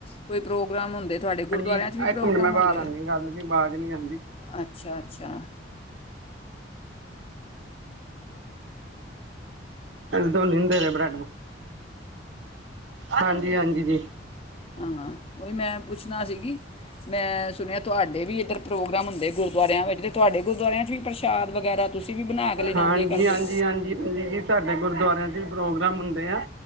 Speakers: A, on the left; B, on the right.
A: ਕੋਈ ਪ੍ਰੋਗਰਾਮ ਹੁੰਦੇ ਤੁਹਾਡੇ-
B: ਹਾਂਜੀ
A: ਗੁਰਦੁਆਰਿਆਂ 'ਚ ਵੀ
B: ਇੱਕ
A: ਪ੍ਰੋਗਰਾਮ
B: ਮਿੰਟ ਮੈਂ
A: ਹੁੰਦੇ
B: ਬਾਹਰ
A: ਆ
B: ਆਉਂਦੀ ਗੱਲ ਦੀ ਆਵਾਜ਼ ਨਹੀਂੀ ਆਉਂਦੀ
A: ਅੱਛਾ ਅੱਛਾ
B: ਦੋਨ ਹੁੰਦੇ ਰਹੇ ਬ੍ਰੈਡ ਹਾਂਜੀ ਹਾਂਜੀ ਜੀ
A: ਹਾਂ ਉਹੀ ਮੈਂ ਪੁੱਛ ਪੁਣਾ ਸੀਗੀ ਮੈਂ ਸੁਣਿਆ ਤੁਹਾਡੇ ਵੀ ਇੱਧਰ ਪ੍ਰੋਗਰਾਮ ਹੁੰਦੇ ਗੁਰਦੁਆਰਿਆਂ ਵਿੱਚ ਤੇ ਤੁਹਾਡੇ ਗੁਰਦੁਆਰਿਆਂ ਚ ਵੀ ਪ੍ਰਸ਼ਾਦ ਵਗੈਰਾ ਤੁਸੀਂ ਵੀ ਬਣਾ ਕੇ ਲਿਜਾਦੇ
B: ਹਾਂਜੀ ਹਾਂਜੀ
A: ਕਰਦੇ
B: ਹਾਂਜੀ ਹਾਂਜੀ ਜੀ ਸਾਡੇ ਗੁਰਦੁਆਰਿਆਂ ਚ ਵੀ ਪ੍ਰੋਗਰਾਮ ਹੁੰਦੇ ਆ